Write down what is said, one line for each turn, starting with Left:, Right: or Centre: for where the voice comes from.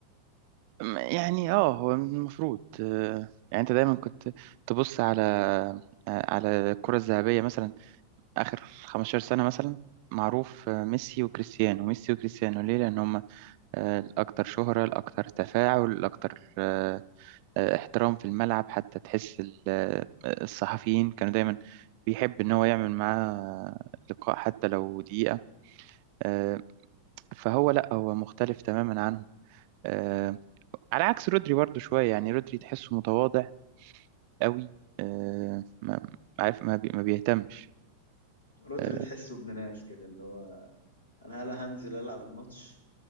Right: م- يعني اه هو المفروض آه، يعني انت دايما كنت تبص على آه، على الكرة الذهبية مثلا اخر 15 سنة مثلا معروف آه، ميسي وكريستيانو ميسي وكريستيانو ليه لان هم آه، الاكثر شهرة الاكثر تفاعل الاكثر آه، آه، احترام في الملعب حتى تحس ال- آه، الصحفيين كانوا دايما بيحب ان هو يعمل معاه لقاء حتى لو دقيقة آه، فهو لا هو مختلف تماما عنهم آه على عكس رودري برضو شوية يعني رودري تحسه متواضع قوي آه ما عارف ما, بي ما بيهتمش
Left: روتري
Right: آه
Left: تحسه ابن ناس كده اللي هو انا هلا هنزل العب الماتش